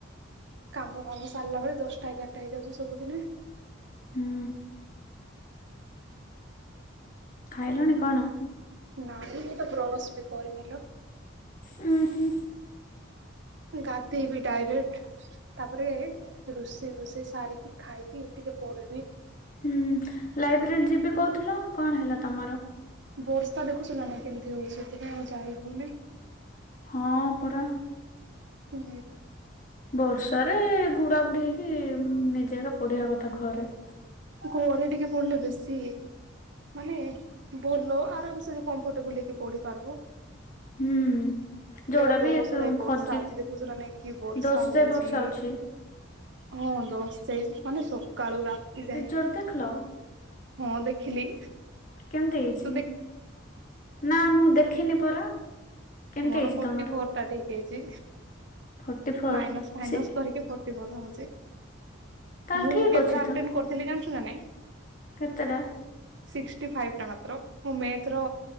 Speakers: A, on the right (about 60°); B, on the left (about 40°).
A: କାମ କାମ ସାରିଲା ବେଳେ, ଦଶଟା ଏଗାରଟା ହେଇଯାଉଛି ସବୁଦିନେ।
B: ହୁଁ। ଖାଇଲଣି କଣ?
A: ନାଁଇ ମୁଁ ତ ବ୍ରସ ବି କରିନି ଲୋ।
B: ଉଁ- ହୁଁ।
A: ଗାଧେଇବି ଡାଇରେକ୍ଟ ତାପରେ ରୋଷେଇ ଫୋଷେଇ ସାରିକି, ଖାଇକି ଟିକେ ପଢିବି।
B: ହୁଁ ଲାଇବ୍ରେରୀ ଯିବି କହୁଥିଲ, କଣ ହେଲା ତମର?
A: ବର୍ଷା ଦେଖୁଚୁ ନା କେମିତି ହଉଛି, ସେଥିପାଇଁ ଆଉ ଯାଇ ହଉନେଇ।
B: ହଁ ପରା।
A: ହୁଁ।
B: ବର୍ଷାରେ ଘୁଡାଘୁଡି ହେଇକି ଉଁ ନିଜେ ଏକା ପଢିବା କଥା ଘରେ।
A: ଘରେ ଟିକେ ପଢିଲେ ବେଶୀ ଇଏ ମାନେ ଭଲ ଆରାମ ସେ କମ୍ଫଟେବଲ ହେଇକି ପଢି ପାରିବୁ।
B: ହୁଁ ଯୋଉଟା
A: ସେଇଟା ତୋ
B: ବି
A: ସ ଯାଇ ବର୍ଷା
B: ଖଜି
A: ଅଛି ଦେଖୁଛୁ ନା ନାଇ, କି ବର୍ଷା
B: ଦୋଷ
A: ହଉଛି।
B: ଯାଏ ବର୍ଷା ଅଛି
A: ହଁ ଦଶ ସେଇ ମାନେ ସକାଳୁ ରାତି ଯାଇ
B: ଜଲ ଦେଖିଲ
A: ହଁ ଦେଖିଲି।
B: କେମିତି ହେଇଛି?
A: ତୁ ଦେଖ
B: ନା ମୁଁ ଦେଖିନି ପରା। କେମିତି
A: ମୋର
B: ହେଇଛି
A: ଫୋର୍ଟି
B: ତମର
A: ଫୋର ଟା ଠିକ ହେଇଛି,
B: ଫର୍ଟି ଫୋର
A: ମାଇନସ ଫାଇନସ୍
B: ସେ
A: କରିକି ଫର୍ଟିଫୋର ରହୁଛି,
B: ତାହେଲେ
A: ମୁଁ
B: ଠିକ
A: କତେଟା
B: ଅଛି
A: ଆଟେନ୍
B: ତ
A: କରିଥିଲି ଜାଣିଛୁ ନା ନାହିଁ?
B: କେତେଟା?
A: ସିକ୍ସଟିଫାଇପ ଟା ମାତ୍ର, ମୁଁ ମ୍ୟାଥର